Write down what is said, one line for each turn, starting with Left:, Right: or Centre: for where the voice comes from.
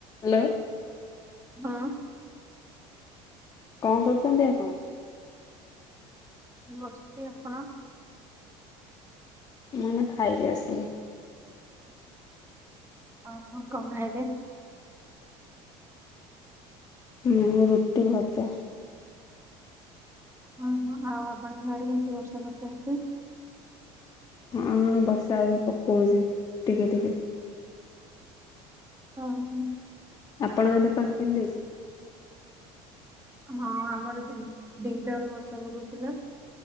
Left: Hello.
Right: ହଁ।
Left: କଁ କରୁଚନ୍ତି ଆପଣ?
Right: ବସ୍ଚି। ଆପଣ
Left: ମାନେ ଖାଇକି ଆସିଲି।
Right: ଓ ହୋ କଁ ଖାଇଲେ?
Left: ମୁଁ ରୁଟି ଭଜା।
Right: ଓ ହୋ ଆଉ ଆପଣଙ୍କ ଆଡ଼େ କେମିତି ବର୍ଷା ଫର୍ଷା ହେଇଛି।
Left: ହଁ ବର୍ଷା ପକଉଛି ଟିକେ ଟିକେ।
Right: ହଁ ହଁ।
Left: ଆପଣଙ୍କ ପାଗ କେମିତି ଅଛି?
Right: ହଁ ଆମର ଦିଟା ବେଳୁ ବର୍ଷା ପକଉଥିଲା।